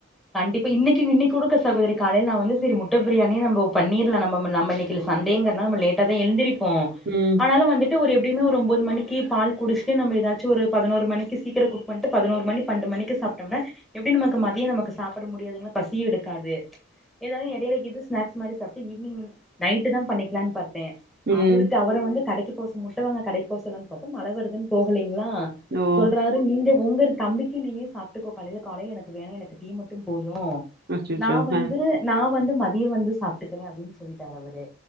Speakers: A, in the centre; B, on the right.
A: கண்டிப்பா இன்னைக்கு இன்னைக்கு கொடுக்க சகோதரி காலையில நா வந்து சரி முட்ட பிரியாணி நம்ம பண்ணிரலா நம்ம நம்ம இன்னைக்கு சண்டேங்கரனால நாம லேட்டா தா எழுந்திரு கு
B: ம்
A: ஆனாலு வந்துட்டு ஒரு எப்டியுமே ஒரு ஒம்பது மணிக் தி பால் குடிச்ட்டு நம ஏதாச்சு ஒரு பதினொரு மணிக்கு சீக்கிரம் குக் பண்ணிட்டு பதினோரு மணி பன்னென்டு மணிக்கு சாப்டம்னா எப்டி நமக்கு மதியம் நமக்கு சாப்பிட முடியாது பசியு எடுக்காது ஏதாவது எடையில இது ஸ்னாக்ஸ் மாரி சாப்டா ஈவினிங் நைட்டு தா பண்ணிக்கலா பாத்
B: ம்
A: அவருக்கு அவர வந்து கடைக்கு போ ச முட்ட வாங்க கடைக் போசலான் பாத்த மழ வருதுன் போகலை ங்களா
B: ஓ
A: சொல்றாரு நீங்க உங்க தம்பிக்கு நீயு சாபட்டுக்கோ காலையில் காலையில் எனக்கு வனா எனக்கு டி மட்டும் போதும்
B: அச்சச்சோ
A: ந வந்து
B: அ
A: நான் வந்து மதியம் வந்து சாப்பிட்டுக்கிறேன் அப்படின்னு சொல்லிட்டார் அவரு